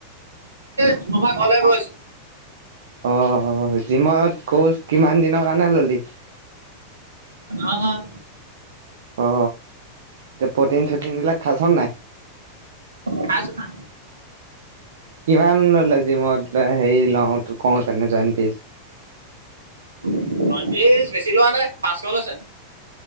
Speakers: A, on the right; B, on the right.
A: ডিব্ৰুগড় ঘৰলে গৈ আছো
B: অ জিমত কৰ্চ কিমান দিনৰ কাৰণে ল'লি
A: আহ কন
B: অ প্ৰটিন চটিন বিলাক খাইছ নাই
A: খাইছোঁ খা
B: কিমান ল'লে জিমত হেৰি লওঁ কওঁ তেনে জইন কৰিছে
A: পয়ত্ৰিশ বেছি লোৱা নাই পাঁচশ লৈছে